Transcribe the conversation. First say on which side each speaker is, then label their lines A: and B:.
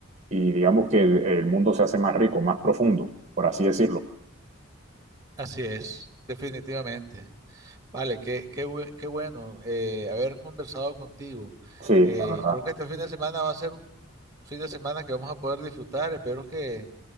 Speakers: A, on the right; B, on the right.
A: y digamos que el, el mundo se hace más rico, más profundo, por así decirlo.
B: Así es, definitivamente. Vale, qué, qué, bue- qué bueno eh, haber conversado contigo.
A: Sí,
B: Eh,
A: la verdad.
B: creo que este fin de semana va a ser un fin de semana que vamos a poder disfrutar. Espero que